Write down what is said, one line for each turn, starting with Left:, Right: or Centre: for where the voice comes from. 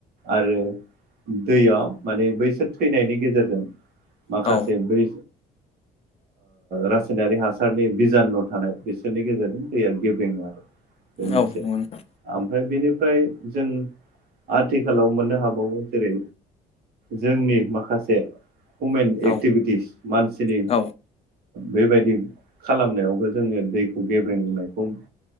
Right: आरो दैयाव माने बैसोर थैनायनि गेजेरजों माखासे
Left: औ
Right: बै रासायनारि हासारनि बिजानु' थानाय बिसोरनि गेजेरजों दैया गेबेङा <inaudible> बे मोनसे
Left: नंगौ नोंथां
Right: ओमफ्राय बेनिफ्राय जों आथिखालाव मोननो हाबावो जेरै जोंनि माखासे हमेन
Left: औ
Right: एक्टिभिटिस मानसिनि
Left: औ
Right: बेबायदि खालामनायावबो जोङो दैखौ गेब्रेंनायखौ